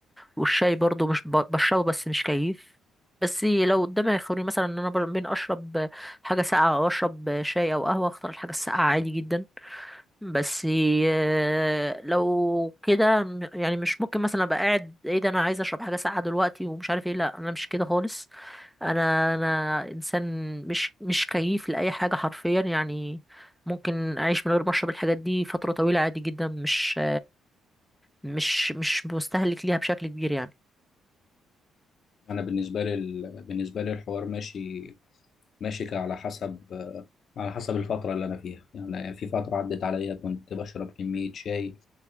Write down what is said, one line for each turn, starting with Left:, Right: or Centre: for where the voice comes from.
Centre: والشاي برضو مش ب- بشربه بس مش كيف بس لو قدامي يخيروني مثلا إن أنا بر- بين أشرب حاجة ساقعة أو أشرب شاي أو قهوة أختار الحاجة الساقعة عادي جدا بس آه، لو كده م- يعني مش ممكن مثلا أبقى قاعد إيه ده أنا عايز أشرب حاجة ساقعة دلوقتي ومش عارف إيه لأ أنا مش كده خالص انا انا انسان مش مش كيف لاي حاجه حرفيا يعني ممكن اعيش من غير ما اشرب الحاجات دي فتره طويله عادي جدا مش مش مش مستهلك ليها بشكل كبير يعني
Left: انا بالنسبه لي ال- بالنسبه لي الحوار ماشي ماشي ك- على حسب آه، على حسب الفتره اللي انا فيها يعني في فتره عدت عليا كنت بشرب كميه شاي